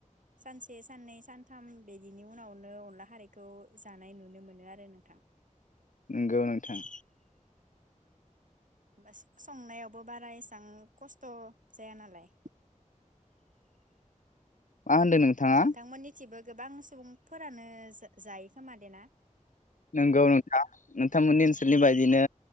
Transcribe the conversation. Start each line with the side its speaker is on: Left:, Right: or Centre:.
Right: सानसे साननै सानथाम बिदिनि उनावनो अनला खारैखौ जानाय नुनो मोनो आरो नोंथां
Left: नंगौ नोंथां।
Right: बास संनायावबो बारा एसां खस्थ जाया नालाय
Left: मा होनदों नोंथाङा।
Right: नोंथांमोननिथिबो गोबां सुबुंफोरानो जा-जायो खोमा दे ना?
Left: नंगौ नोंथा नोंथांमोननि ओनसोलनि बायदिनो